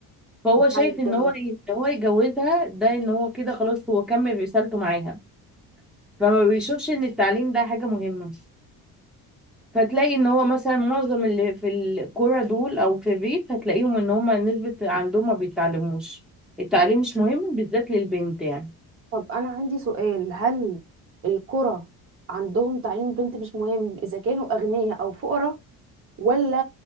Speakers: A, in the centre; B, on the right (about 35°).
A: فهو
B: مش
A: شايف
B: عايزة
A: ان هو
B: أنا.
A: ان هو يجوزها ده ان هو كده خلاص هو كمل رسالته معاها فما بيشوفش ان التعليم ده حاجة مهمة فتلاقي ان هو مثلا معظم اللي في الكوره دول او في الريف هتلاقيهم ان هما نسبة عندهم ما بيتعلموش التعليم مش مهم بالذات للبنت يعني
B: طب انا عندي سؤال هل القرى عندهم تعليم بنت مش مهم اذا كانوا اغنياء او فقراء ولا